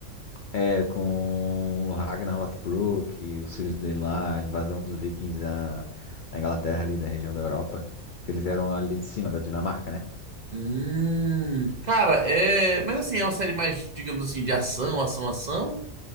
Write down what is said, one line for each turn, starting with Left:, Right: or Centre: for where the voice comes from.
Left: É, com o Ragnar Lothbrok e os filhos dele lá, a invasão dos Vikings na, na Inglaterra, ali da região da Europa. Que eles eram ali de cima, da Dinamarca, né?
Right: Hum, cara, é. Mas assim, é uma série mais, digamos assim, de ação, ação, ação?